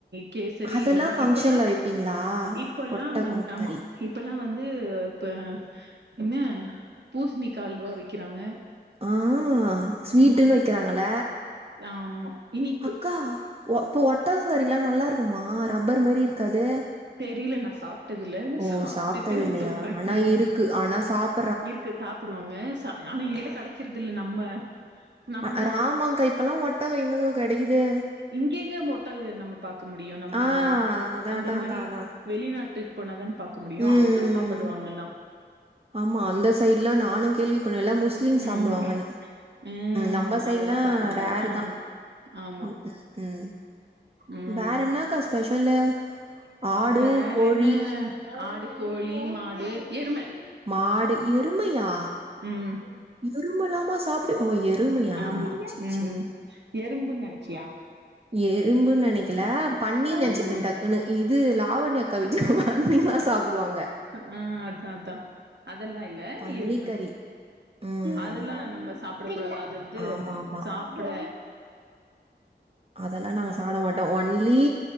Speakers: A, on the right; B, on the right.
A: கேசரி
B: அதெல்லா
A: இல்லனா
B: ஃபங்க்ஷன்ல
A: இப்பல்லா
B: வைப்பீங்களா
A: இப்பல்லா
B: ஒட்டகோ
A: வந்து ஆமா
B: கறி
A: இப்பல்லா வந்து இப்ப இன்னு பூஸ்ணிக்கா அல்வா விக்கிறாங்க
B: ஆ ஸ்வீட்டுன்னு
A: உம் ஆ
B: வைக்கிறாங்கள
A: ஆமா இனிப்பு
B: அக்கா ஒ இப்போ ஒட்டகங்கறிலா நல்லா இருக்குமா ரப்பர் மாரி இருக்காது
A: தெரில நா சாப்டதுல்ல
B: ஓ
A: சாப்ட்டுட்டு
B: சாப்ட்டது இல்லையா
A: சொல்றே
B: ஆனா
A: உம்
B: இருக்கு ஆனா சாப்
A: இருக்கு சாப்டுவாங்க சா ஆனா இங்கில்லா கடைக்கிறதுல்ல நம்ம நம்ம
B: ஆ ஆ ராமாங்கா இப்பல்லா ஒட்டகோ எங்கக்க கெடைக்குது
A: இங்கெங்க ம் ம ஒட்டகோ நம்ம பாக்க முடியு நம்ம
B: ஆ அதா
A: அந்த
B: அதா
A: மாரி
B: அதா அதா
A: வெளிநாட்டுக்கு போனாதான பாக்க முடியு
B: ம்
A: அங்க சாப்புடுவாங்க
B: ம்
A: தா
B: ஆமா அந்த சைட்லா நானு கேள்விப்பட் எல்லா முஸ் லீம் சாப்டுவாங்கனு
A: ம் ம்
B: நம்ப சைட்லா
A: அதெல்லா சாப்டுவாங்க
B: ரெரு
A: ஆமா
B: தா
A: ஆமா
B: உம் உம் உம்
A: ம்
B: வேற என்னக்கா ஸ்பெஷலு ஆடு
A: வேற
B: கோழி
A: என்ன ஆடு கோழி மாடு எரும
B: மாடு எருமையா
A: உம்
B: எருமலாமா சாப்டு ஓ எருமையா
A: ஆமா
B: சேர்
A: உம்
B: சேர்
A: எறும்புன் நெனச்சியா
B: எறும்புன் நெனைக்கல பண்ணின் நெனச்சிட்டே
A: ம்
B: டக்குனு இது லாவண்யா அக்கா வீட்ல பண்ணிலா சாப்டுவாங்க
A: அ அ அதா அதா அதெல்லா இல்ல
B: பன்னி
A: எரும
B: கறி ம்
A: அதெல்லா நம்ப சாப்டக்கூடாது இது வந்து
B: ஆமா ஆமா
A: சாப்ட
B: அதெல்லா நாங்க சாப்ட மாட்டோ ஒன்லி